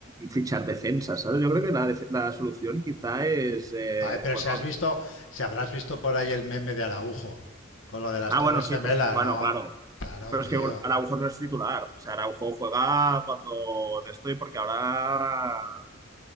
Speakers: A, on the right; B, on the left.
A: fichar defensa, ¿sabes? Yo creo que la, def- la solución quizá es, eh,
B: Ay, pero
A: bueno,
B: si has visto, si habrás visto por ahí el meme de Araujo, con lo de las
A: ah,
B: Torres
A: bueno, sí,
B: Gemelas,
A: por su- bueno,
B: ¿no?
A: claro,
B: Claro,
A: pero
B: tío.
A: es que bueno, Araujo no es titular, o sea, Araujo juega cuando de estoy porque ahora